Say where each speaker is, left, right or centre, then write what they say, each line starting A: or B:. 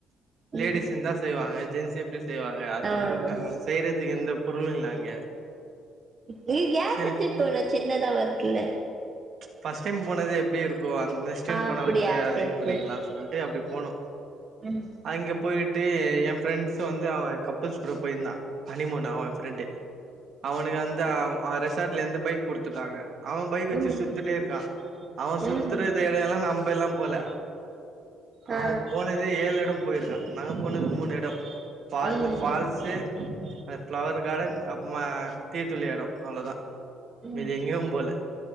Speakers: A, on the right; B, on the right.
A: லேடிஸ்
B: ம்
A: இருந்தா செய்வாங்க ஜென்ஸ் எப்டி செய்வாங்க அதுவு
B: ஆமா
A: கு
B: ஆமா
A: அ செய்றதுக்கு எந்த பொருளு இல்ல அங்க
B: நீ கேஸ்
A: சரி
B: எடுத்துட்டு போனு சின்னதா வர்துல
A: ஃபர்ஸ்ட் டைம் போனது எப்டி இருக்கு அது நெக்ஸ்ட் டைம்
B: ஆ
A: போனா
B: அப்டியா
A: கூட
B: சேரி
A: இது பண்ணிக்கலா
B: சேரி
A: சொல்ட்டு அப்டி போனோ
B: ம்
A: அங்க போய்ட்டு எ ஃப்ரெண்ட்ஸ் வந்து அவ கப்புள்ஸ் கூட போய்ருந்தா ஹனிமூன் அவ ஃப்ரெண்டு அவனுக்கு அந்த அ ரெசார்ட்ல இருந்து பைக் குடுத்துட்டாங்க அவ பைக் வ ச்சு
B: ம்
A: சுத்தட்டே இருக்கா அவ சுத்துறது
B: ம்
A: இடயெல்லா நம்ப எல்லா போல அவன்
B: ஆ
A: போனது ஏழு எடோ போயிருக்கா நாங்க போனது மூணு எடோ ஃபால்
B: ம்
A: ஃபால்ஸ் அந்த ஃபிளவர் கார்டன் அப்றோமா டீ தூள் எடோ அவ்ளோதா
B: ம்
A: மீதி எங்கியு போல